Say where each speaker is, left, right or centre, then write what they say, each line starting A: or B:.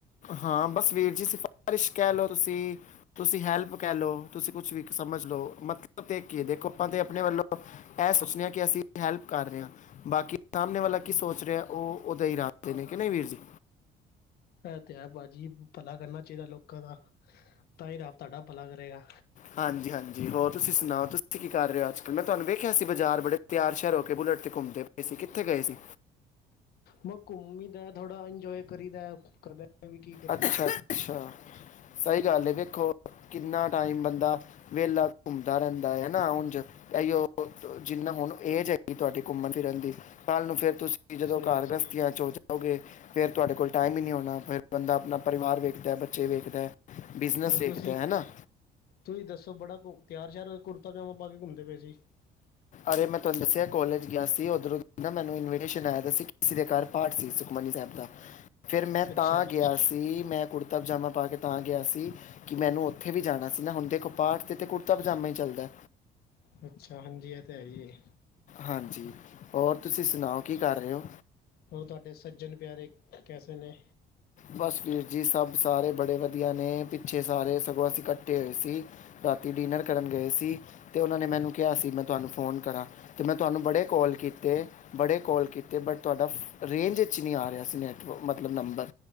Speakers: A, on the left; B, on the left.
A: ਹਾਂ ਬਸ ਹਾ ਵੀਰ ਜੀ ਸਿਫਾਰਸ਼ ਕਹਿ ਲੋ ਤੁਸੀਂ। ਤੁਸੀਂ ਹੈਲਪ ਕਹਿ ਲੋ, ਤੁਸੀਂ ਕੁਛ ਵੀ ਸਮਝ ਲੋ ਮਤਲਬ ਤੇ ਇਕ ਏ ਦੇਖੋ ਆਪਾਂ ਤੇ ਆਪਣੇ ਵੱਲੋ ਐ ਸੋਚਨੇ ਆ ਕਿ ਅਸੀਂ ਹੈਲਪ ਕਰ ਰੇ ਆ। ਬਾਕੀ ਸਾਮਣੇ ਵਾਲਾ ਕੀ ਸੋਚ ਰਿਆ ਉਹ ਉਦੇ ਇਰਾਦੇ ਨੇ ਕਿ ਨਈ ਵੀਰ ਜੀ।
B: ਐ ਤੇ ਹੈ ਭਾਜੀ, ਭਲਾ ਕਰਨਾ ਚਾਹੀਦਾ ਲੋਕਾਂ ਦਾ, ਤਾਂ ਹੀ ਰਬ ਤੁਹਾਡਾ ਭਲਾ ਕਰੇਗਾ।
A: ਹਾਂਜੀ-ਹਾਂਜੀ ਹੋਰ ਤੁਸੀਂ ਸੁਣਾਓ ਤੁਸੀਂ ਕੀ ਕਰ ਰਹੇ ਹੋ ਅੱਜ ਕੱਲ, ਮੈਂ ਤੁਹਾਨੂੰ ਵੇਖਿਆ ਸੀ ਬਾਜ਼ਾਰ ਬੜੇ ਤਿਆਰ ਸ਼ਆਰ ਹੋ ਕੇ ਬੁਲਟ ਤੇ ਘੁੰਮਦੇ ਪਏ ਸੀ, ਕਿੱਥੇ ਗਏ ਸੀ?
B: ਬ ਘੁੰਮੀ ਦਾ ਥੋੜਾ ਇੰਜੋਏ ਕਰੀ ਦਾ ਘਰ ਬੇ <unintelligible> ਵੀ ਕੀ ਕਰੀਏ।
A: ਅੱਛਾ ਅੱਛਾ, ਸਈ ਗੱਲ ਏ ਵੇਖੋ ਕਿੰਨਾ ਟਾਈਮ ਬੰਦਾ ਵੇਲਾ ਘੁੰਮਦਾ ਰਹਿੰਦਾ ਏ ਹਨਾ ਉੰਝ। ਏਇਔ ਜਿੰਨਾ ਹੁਣ ਏਜ ਹੈਗੀ ਤੁਹਾਡੀ ਘੁੰਮਨ ਫਿਰਨ ਦੀ ਕੱਲ ਨੂੰ ਫੇਰ ਤੁਸ ਜਦੋਂ
B: ਸਹੀ
A: ਘਰ
B: ਕਿਹਾ
A: ਗਸਤੀਆਂ ਚ ਜਾਓਗੇ ਫੇਰ ਤੁਹਾਡੇ ਕੋਲ ਟਾਈਮ ਹੀ ਨੀ ਹੋਣਾ ਫੇਰ ਬੰਦਾ ਅਪਨਾ ਪਰਿਵਾਰ ਵੇਖਦਾ ਬੱਚੇ ਵੇਖਦਾ। ਬਿਜ਼ਨਸ
B: ਹੋਰ
A: ਵੇਖਦਾ
B: ਤੁਸੀਂ,
A: ਹੈ ਹੈ ਨਾ
B: ਤੁਸੀਂ ਦੱਸੋ ਬੜਾ ਕੁ ਤਿਆਰ ਸ਼ਿਆਰ ਕੁੜਤਾ ਪਜਾਮਾ ਪਾ ਕੇ ਘੁੰਮਦੇ ਪਏ ਸੀ। ਹ
A: ਅਰੇ ਮੈਂ ਤੁਹਾਨੂੰ ਦੱਸਿਆ ਕੋਲਜ ਗਿਆ ਸੀ ਉਧਰੋਂ ਦੀ ਨਾ ਮੈਨੂੰ ਇਨਵੀਟੇਸ਼ਨ ਆਇਆ ਸੀ ਕਿਸੇ ਦੇ ਘਰ ਪਾਠ ਸੀ ਸੁ ਖਮਨੀ ਸੈਬ ਦਾ ਫਿਰ ਮੈਂ
B: ਅੱਛਾ
A: ਤਾਂ ਗਿਆ ਸੀ ਮੈਂ ਕੁੜਤਾ ਪਜਾਮਾ ਪਾ ਕੇ ਤਾਂ ਗਿਆ ਸੀ। ਕਿ ਮੈਨੂੰ ਉੱਥੇ ਵੀ ਜਾਣਾ ਸੀ ਨਾ ਹੁਣ ਦੇਖੋ ਪਾਠ ਤੇ-ਤੇ ਕੁੜਤਾ ਪਜਾਮਾ ਹੀ ਚੱਲਦਾ।
B: ਅੱਛਾ, ਹਾਂਜੀ ਐ ਤੇ ਹੈ ਹੀ ਏ।
A: ਹਾਂਜੀ ਹੋਰ ਤੁਸੀਂ ਸੁਣਾਓ ਕੀ ਕਰ ਰਏ ਔ?
B: ਹੋਰ ਤੁਹਾਡੇ ਸੱਜਣ ਪਿਆਰੇ ਕੈਸੇ ਨੇ?
A: ਬਸ ਵੀਰ ਜੀ ਸਭ ਸਾਰੇ ਬੜੇ ਵਧੀਆ ਨੇ ਪਿੱਛੇ ਸਾਰੇ ਸਗੋਂ ਅਸੀਂ ਕੱਠੇ ਹੋਏ ਸੀ। ਰਾਤੀ ਡਿਨਰ ਕਰਨ ਗਏ ਸੀ ਤੇ ਉਹਨਾਂ ਨੇ ਮੈਨੂੰ ਕਿਹਾ ਸੀ ਮੈਂ ਤੁਹਾਨੂੰ ਫੋਨ ਕਰਾਂ। ਤੇ ਮੈਂ ਤੁਹਾਨੂੰ ਬੜੇ ਕੋਲ ਕੀਤੇ- ਬੜੇ ਕੋਲ ਕੀਤੇ ਬਟ ਤੁਹਾਡਾ ਰੇਂਜ ਵਿੱਚ ਨਹੀਂ ਆ ਰਿਹਾ ਸੀ ਨੈੱਟਵ ਮਤਲਬ ਨੰਬਰ